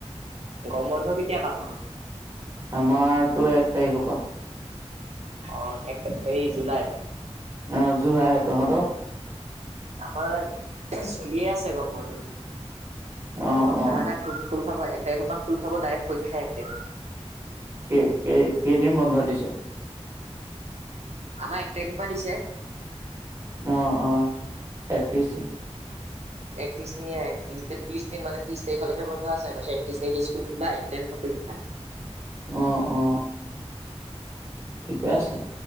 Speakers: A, on the right; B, on the right.
A: গম বন্ধ কেতিয়া পা তহতৰ?
B: আমাৰতো এক তাৰিখৰ পৰা।
A: অহ, এক এই জুলাই?
B: অহ, জুলাই তহঁতৰ?
A: আমাৰ চলিয়ে আছে গৰম বন্ধ। অহা
B: অ
A: সপ্তাহলে
B: অ
A: খুখ। খুল খাব এক তাৰিখৰ পা খুল খাব ডাইৰেক্ট পৰীক্ষাই এক তাৰিখৰ পৰা।
B: কেই -কেই -কেইদিন বন্ধ দিছে?
A: আমাৰ এক তাৰিখৰ পা দিছে।
B: অঁ অঁ একত্ৰিশ দিন
A: একত্ৰিছ দিনীয়া এক ত্ৰিচ ত্ৰিছ দিন মানে ত্ৰিছ তাৰিখলেকে বন্ধ আছে তাৰপিছত একত্ৰিছ তাৰিখে স্কুল খোলা এক তাৰিখৰ পৰা পৰীক্ষা
B: অঁ অঁ ঠিকে আছে